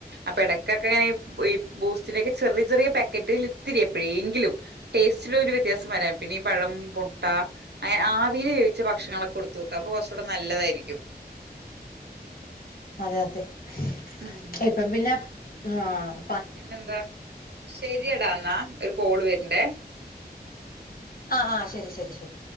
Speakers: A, on the right; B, on the left.
A: അപ്പൊ എടക്കൊക്കെങ്ങനെ ഇ ഈ ബൂസ്റ്റിലെക്കെ ചെറിയ ചെറിയ പേ ക്കറ്റില് ഇത്തിരി എപ്പഴേങ്കിലും. ടേസ്റ്റില് ഒരു വ്യത്യാസം വെരാം പിന്നെ ഈ പഴം, പൊട്ട, അനെ ആവീല് വേവ് ച്ച ഭക്ഷണങ്ങളൊക്കെ കൊടുത്തോക്കുക അപ്പൊ കുറച്ചൂടെ നല്ലതായിരിക്കും.
B: അതെ അതെ. <unintelligible>
A: അമ്.
B: പം പിന്നെ ഹാഹ്
A: പിന്നെന്താ, ശരിയെടാ ന്നാ ഒരു കോള് വര്ണ്ടേ.
B: അ ആ ശെരി, ശെരി, ശെരി.